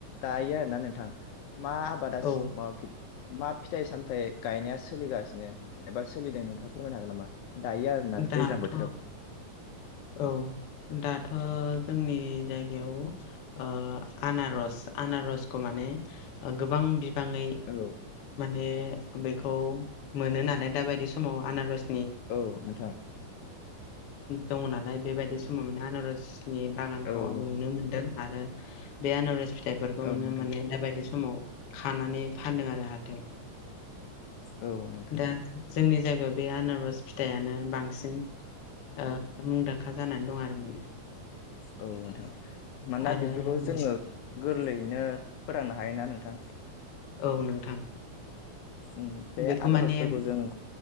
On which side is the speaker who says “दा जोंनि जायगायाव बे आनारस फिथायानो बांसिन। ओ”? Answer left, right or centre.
Left